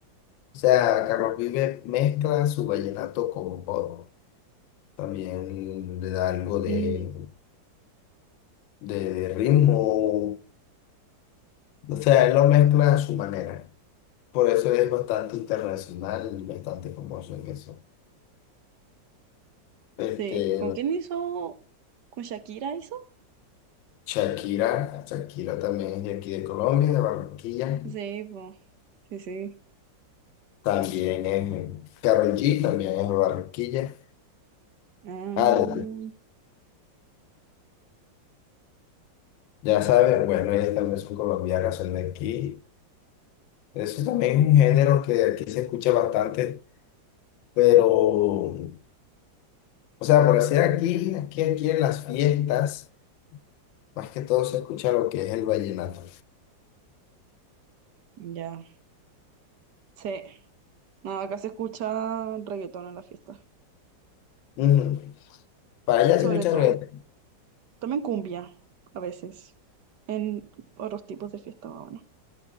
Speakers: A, on the left (about 80°); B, on the right (about 65°).
A: O sea, Carlos Vives mezcla su vallenato con pop. También le da algo de,
B: Mm.
A: de ritmo. O sea, él lo mezcla a su manera. Por eso es bastante internacional y bastante famoso en eso. Este,
B: Sí. ¿Con quién hizo? ¿Con Shakira hizo?
A: Shakira, Shakira también es de aquí de Colombia, de Barranquilla.
B: Sí, po. Sí, sí.
A: También es Karol G, también es de Barranquilla.
B: Ah,
A: Ah, ya sabes, bueno, ellas también son colombianas, son de aquí. Eso también es un género que aquí se escucha bastante, pero, o sea, por decir aquí, aquí, aquí en las fiestas, más que todo se escucha lo que es el vallenato.
B: ya. Sí. No, acá se escucha reggaetón en la fiesta.
A: Ujú. Para allá
B: Sobre
A: se escucha
B: todo.
A: reggaetón.
B: También cumbia, a veces. En otros tipos de fiesta, más o menos.